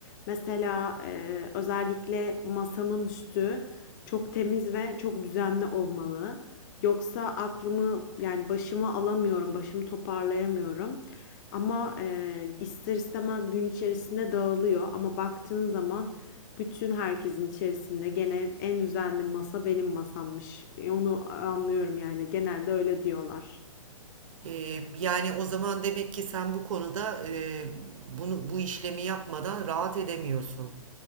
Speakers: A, on the left (about 35°); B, on the right (about 65°).
A: Mesela e, özellikle masamın üstü çok temiz ve çok düzenli olmalı. Yoksa aklımı yani başıma alamıyorum, başımı toparlayamıyorum. Ama eee, ister istemez gün içerisinde dağılıyor ama baktığın zaman bütün herkesin içerisinde gene en düzenli masa benim masammış. E, Onu anlıyorum yani genelde öyle diyorlar.
B: E, yani o zaman demek ki sen bu konuda e, bunu bu işlemi yapmadan rahat edemiyorsun.